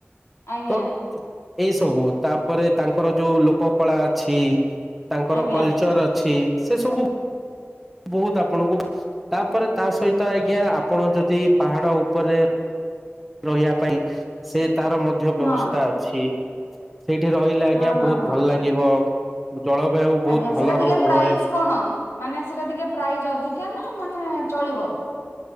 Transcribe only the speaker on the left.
ଆଜ୍ଞା।
ଆଜ୍ଞା
ହଁ
ହଁ ହଁ
ହଁ
ଆଜ୍ଞା
ସେଟା ଟିକେ
ପ୍ରାଇସ୍ କଣ ମାନେ ସେଟା ଟିକେ ପ୍ରାଇଜ୍ ଅଧିକ ମାନେ ମାନେ ଚଳିବ।